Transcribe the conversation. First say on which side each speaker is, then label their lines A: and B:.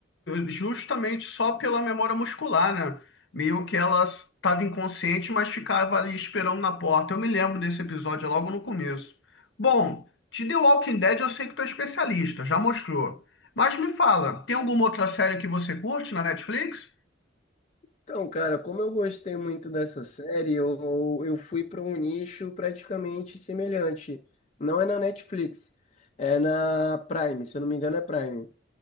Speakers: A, on the left; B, on the left.
A: justamente só pela memória muscular, né? Meio que ela estava inconsciente, mas ficava ali esperando na porta. Eu me lembro desse episódio é logo no começo. Bom, de The Walking Dead eu sei que tu é especialista, já mostrou. Mas me fala, tem alguma outra série que você curte na Netflix?
B: Então, cara, como eu gostei muito dessa série, eu, eu fui para um nicho praticamente semelhante. Não é na Netflix, é na Prime, se eu não me engano é Prime.